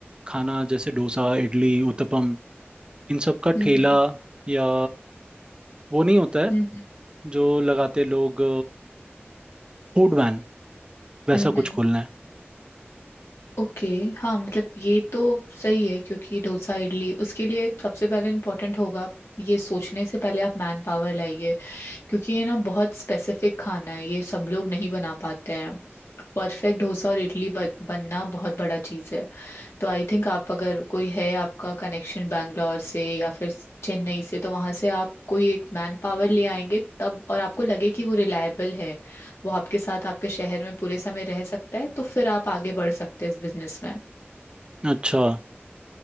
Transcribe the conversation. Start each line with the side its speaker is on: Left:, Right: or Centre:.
Right: खाना जैसे डोसा इडली उत्तपम इन सब का
Left: हम्म
Right: ठेला
Left: हम्म
Right: या वो नहीं होता है
Left: हम्म
Right: जो लगाते लोग फूड वैन वैसा
Left: हम्म हम्म।
Right: कुछ खोलना है
Left: ओके हाँ मतलब ये तो सही है क्योंकि डोसा इडली उसके लिए सबसे पहले इम्पोर्टेंट होगा ये सोचने से पहले आप मैन पावर लाइए क्योंकि ये ना बहुत स्पेसिफिक खाना है ये सब लोग नहीं बना पाते हैं परफेक्ट डोसा और इडली बन, बनना बहुत बड़ा चीज़ है तो आई थिंक आप अगर कोई है आपका कनेक्शन बैंगलोर से या फिर चेन्नई से तो वहां से आप कोई एक मैन पावर ले आएंगे तब और आपको लगे कि वो रिलायबल है वो आपके साथ आपके शहर में पूरे समय रह सकता है तो फिर आप आगे बढ़ सकते हैं इस बिजनेस में
Right: अच्छा